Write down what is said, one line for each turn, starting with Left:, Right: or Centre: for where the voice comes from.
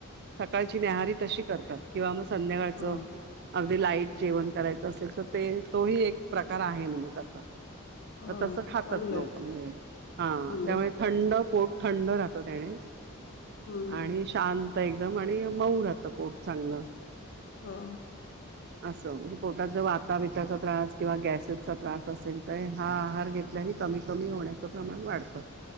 Right: सकाळची न्याहारी तशी करतात, किंवा मग संध्याकाळचं
Left: हा
Right: अगदी लाईट जेवण करायचं असेल तर, ते तोही एक प्रकार आहे म्हणजे तसा
Left: हा
Right: त- तसं खातात
Left: चांगलं
Right: लोक
Left: आहे ते
Right: म्हणजे हा
Left: हम्म
Right: त्यामुळे थंड पोट थंड राहतं, त्याने
Left: हम्म
Right: आणि शांत एकदम आणि मऊ राहत पोट चांगलं.
Left: हा.
Right: असं म्हणजे पोटात जर वाताबिताचा त्रास किंवा गॅसेसचा त्रास तसयं ते हा आहार घेतल्याने कमी कमी होण्याचं प्रमाण वाढतं.